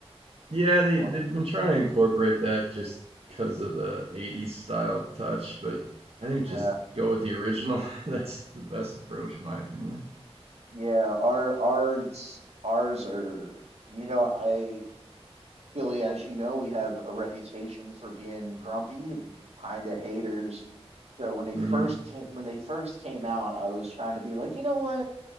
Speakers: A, on the right; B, on the right.
A: Yeah, they
B: Or
A: they've been trying to incorporate that just because of the
B: uh,
A: 80s style touch, but I think
B: yeah,
A: just go with the original. <laughs> That's the best approach in my opinion.
B: yeah, our ours ours are you know, I Philly, as you know, we have a reputation for being grumpy and kind of haters. So when they
A: hmm
B: first came, when they first came out, I was trying to be like, you know what?